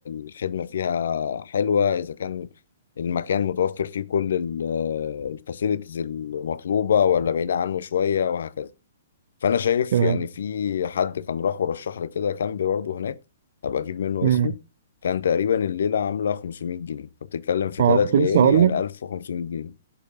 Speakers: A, on the left (about 60°); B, on the right (about 50°).
A: الخدمة فيها حلوة إذا كان المكان متوفر فيه كل الفاسيلتيز المطلوبة ولا بعيدة عنه شوية وهكذا فأنا شايف
B: تمام
A: يعني في حد كان راح ورشح لي كده كامب برضه هناك هبقى أجيب منه
B: امم
A: اسمه كان تقريبا الليلة عاملة 500 جنيه فبتتكلم في
B: اه
A: تلات
B: كنت
A: ليالي
B: لسه هقول
A: يعني
B: لك
A: 1500 جنيه